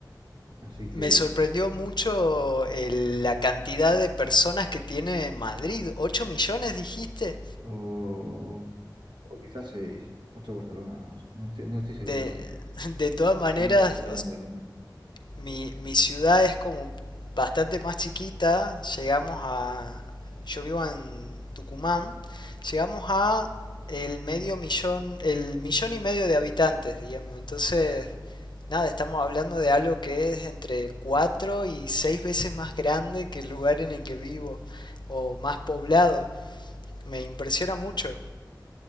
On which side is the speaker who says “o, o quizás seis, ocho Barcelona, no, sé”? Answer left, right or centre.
Right